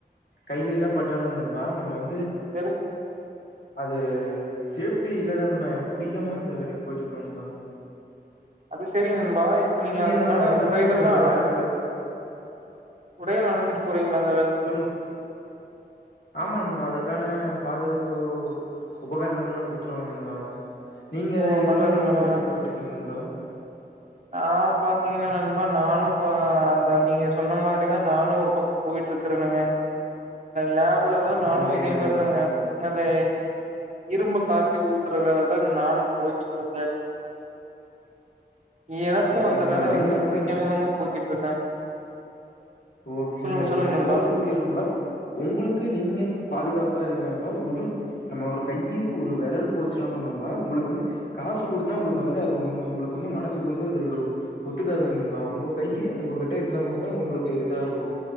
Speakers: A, on the left; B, on the right.
A: கையில எல்லா பட்டாலு நண்பா நம்ம வ ந்து
B: சரி
A: அது சேஃப்டி இல்லதா நண்பா எனக்கு புடிக்காமதா இந்த வேலைக்கு போயிட்டு இருக்க நண்பா
B: அது செரிங் நண் பா இப்ப நீங்க அதுக்கான
A: என்ன என்ன
B: உடைகள்ல்லா
A: மாரி நண்பா
B: அடுக்
A: வேலை பா
B: உடைகள் அணிஞ்சிட்டு போறீங்ளா நண்பா
A: சொல்லுங் ஆமா நண்பா அதுக் கான பாதுகாப்பு உபகரணங்கள் எல்லா குடுத்துருவாங்க நண்பா நீங்க
B: ஓ
A: எது
B: நல்லது
A: மாரி
B: நல்லது
A: வேலைக்கு போயிட்ருக்கீங்க நண்பா?
B: நான் பாத்தீங்கன்னா நண்பா நானும் பா நீங்க சொன்ன மாரிதான் நானும் ஒரு பக்கம் போயிட்டு இருக்கரனுங்க லேப் ல தான் நானும்
A: ஓகேங்க
B: இதே
A: நண்பா
B: மாரிதாங்க அத இரும்ப காட்சி ஊத்துற வேலைதான் நானும் போய்கிட்டு இருக்கே எனக்கு
A: ஓகே
B: அந்த
A: நண்பா
B: வேலை
A: இருந்தாலுமே
B: வந்து புடிக்காமதாங்க போய்கிட்டு இருக்கே
A: ஓகே
B: சொல்லுங்க
A: நண்பா
B: சொல்லுங்க
A: நீங்க
B: நண்பா
A: போறது முக்கியம் இல்ல நண்பா உங்களுக்கு நீங்க பாதுகாப் ப இருங்க நண்பா ஒரு நம்ம ஒரு கை ஒரு விரல் போச்சுனாலும் நண்பா உங்களுக்கு வந்து காசு கொடுத்தா உங்களுக்கு வந்து அது உங்களுக்கு வந்து மனசுக்கு வந்து அது ஒத்துக்காது நண்பா உங்க கை உங்ககிட்ட இருந்த மட் டும் நண்பா உங்களுக்கு இதா இருக்கு